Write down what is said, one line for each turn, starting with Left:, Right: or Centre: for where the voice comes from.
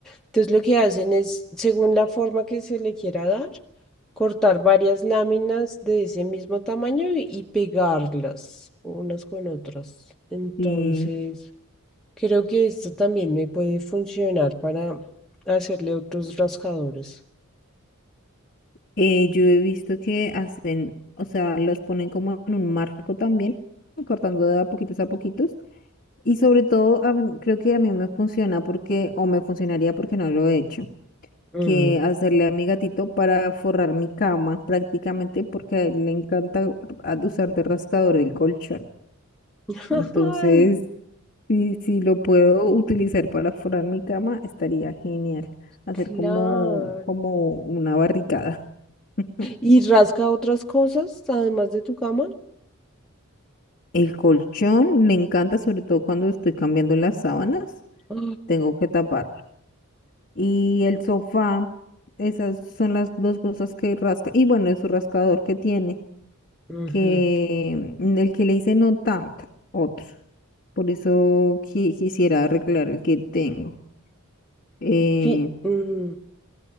Centre: Entonces lo que hacen es, según la forma que se le quiera dar, cortar varias láminas de ese mismo tamaño y, y pegarlas unas con otras. Entonces...
Left: Sí.
Centre: Creo que esto también me puede funcionar para hacerle otros rascadores.
Left: Eh, yo he visto que hacen, o sea, los ponen como en un marco también, cortando de a poquitos a poquitos Y sobre todo, a mí- creo que a mí me funciona porque, o me funcionaría porque no lo he hecho,
Centre: Ujú.
Left: que hacerle a mi gatito para forrar mi cama prácticamente porque a él le encanta a- usar de rascador el colchón.
Centre: <laughs>
Left: Entonces,
Centre: Ay,
Left: si, si lo puedo utilizar para forrar mi cama, estaría genial. Hacer
Centre: claro.
Left: como, como una barricada. <laughs>
Centre: ¿Y rasca otras cosas además de tu cama?
Left: El colchón le encanta, sobre todo cuando estoy cambiando las sábanas,
Centre: <gasps> Ah,
Left: tengo que tapar. y el sofá. Esas son las dos cosas que rasca. Y bueno, es su rascador que tiene,
Centre: ujú.
Left: que mm, el que le hice no tanto, otro. Por eso qui- quisiera arreglar el que tengo. Eh,
Centre: Fí- ujú.